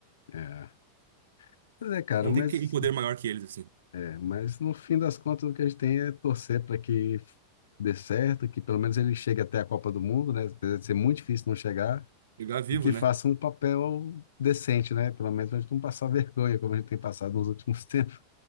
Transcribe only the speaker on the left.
é. Pois é, cara,
mas,
é, mas no fim das contas o que a gente tem é torcer para que dê certo, que pelo menos ele chegue até a Copa do Mundo, né? Apesar de ser muito difícil não chegar,
e que
faça um papel decente, né? Pelo menos a gente não passar vergonha, como a gente tem passado nos últimos <laughs> tempos.